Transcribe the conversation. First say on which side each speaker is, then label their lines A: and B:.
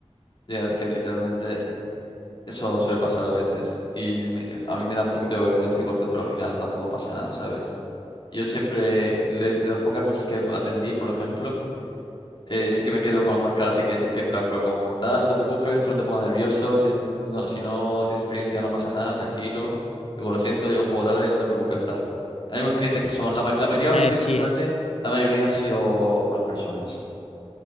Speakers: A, on the left; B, on the left.
A: Ya, es que literalmente eso suele pasar a veces. Y me- a mí me da un poquito de vergüenza de corte, pero al final tampoco pasa nada, ¿sabes? Yo siempre, de, de las pocas mesas que atendí, por ejemplo, Eh, sí que me quedo con algunas caras de clientes que en plan fue como, tal, no te preocupes, tú no te pongas nervioso, si, es- no, si no tienes experiencia no pasa nada, tranquilo. Digo, lo siento, llega un poco tarde, no te preocupes, tal. Hay unos clientes que son, la, ma- la mayoría,
B: A
A: yo
B: ver,
A: he tenido
B: sí,
A: suerte, la mayoría han sido buenas personas,